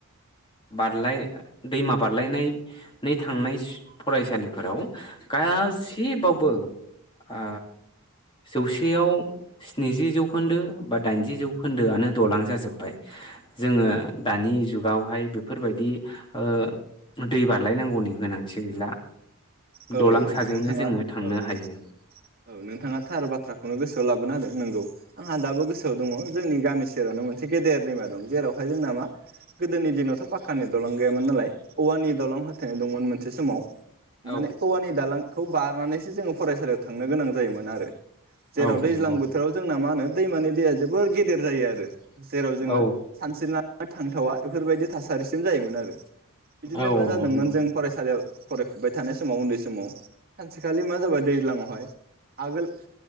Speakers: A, on the left; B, on the right.
A: बारलाय दैमा बारलायनानै थांनाय फरायसालिफोराव गासिबावबो आ जौसेयाव स्निजि जौखोन्दो बा दाइनजि जौखोन्दोआनो दलां जाजोब्बाय जोङो दानि जुगावहाय बेफोरबायदि ओ दै बारलायनांगौनि गोनांथि गैला।
B: औ
A: दलां
B: औ
A: साजोंनो
B: नोंथाङा
A: जोङो थांनो
B: औ
A: हायो
B: औ नोंथाङा थार बाथ्राखौनो गोसोआव लाबोना होदों नोंगौ। आंहा दाबो गोसोआव दङ जोंनि गामि सेरावनो मोनसे गेदेर दैमा दं। जेरावहाय जोंना मा गोदोनि दिनावथ' पाखक्कानि दलं गैयामोन नालाय औवानि दलं होथेनाय दंमोन मोनसे समाव माने
A: औ
B: औवानि दालांखौ बारनानैसो जोङो फरायसालियाव थांनो गोनां जायोमोन आरो जेराव
A: औ
B: दैज्लां
A: नंगौ
B: बोथोराव जोंना मा होनो दैमानि दैया जोबोर गेदेर जायो आरो जेराव जोङो
A: औ
B: सानस्रिना थांथावा बेफोरबायदि थासारिसिम जायोमोन आरो बिदिनो
A: औ
B: मा
A: औ
B: जादोंमोन
A: नंगौ
B: जों फरायसालियाव फरायफुबाय थानाय समाव उन्दै समाव सानसेखालि मा जाबाय दैज्लांआवहाय आगोल